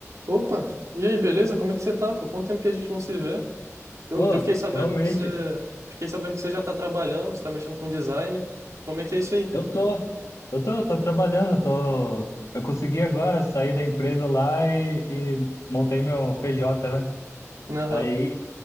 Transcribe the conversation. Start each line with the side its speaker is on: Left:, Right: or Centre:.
Right: Opa, e aí, beleza? Como é que você tá? Por quanto tempo que a gente não se vê? Eu,
Left: Pô,
Right: eu fiquei sabendo
Left: realmente,
Right: que você, fiquei sabendo que você já tá trabalhando, você tá mexendo com design. Como é que é isso aí?
Left: eu tô, eu tô, tô trabalhando, tô, eu consegui agora sair da empresa lá e, e montei meu PJ, né?
Right: Aham.
Left: Aí